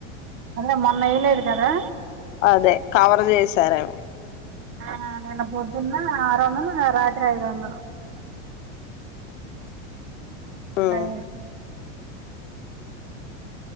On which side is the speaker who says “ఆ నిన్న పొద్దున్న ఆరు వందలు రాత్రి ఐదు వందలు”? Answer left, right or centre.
Right